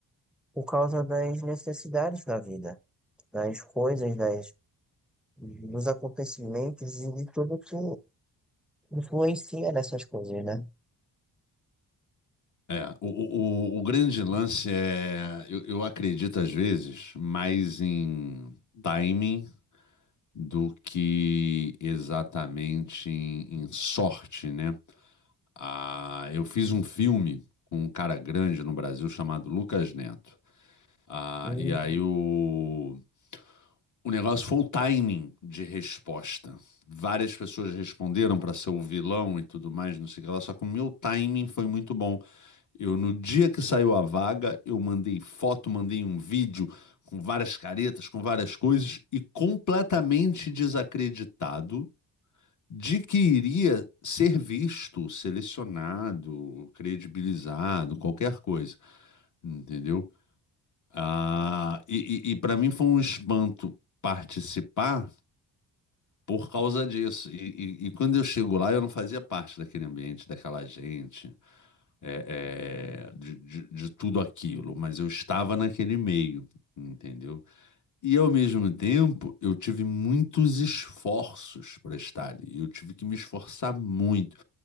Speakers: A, in the centre; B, on the left.
A: por causa das necessidades da vida, das coisas, das, dos acontecimentos e de tudo que influencia nessas coisas, né?
B: É, o, o, o o grande lance é, eu, eu acredito às vezes mais em timing do que exatamente em, em sorte, né? Ah, eu fiz um filme com um cara grande no Brasil chamado Lucas Neto. Ah,
A: E-
B: e aí o, O negócio foi o timing de resposta. Várias pessoas responderam para ser o vilão e tudo mais, não sei o que lá, só que o meu timing foi muito bom. Eu, no dia que saiu a vaga, eu mandei foto, mandei um vídeo com várias caretas, com várias coisas, e completamente desacreditado de que iria ser visto, selecionado, credibilizado, qualquer coisa, entendeu? Ah, e e, e para mim foi um espanto participar por causa disso. E, e- e quando eu chego lá, eu não fazia parte daquele ambiente, daquela gente, é, é, de, de- de tudo aquilo, mas eu estava naquele meio, entendeu? E ao mesmo tempo, eu tive muitos esforços para estar ali. Eu tive que me esforçar muito.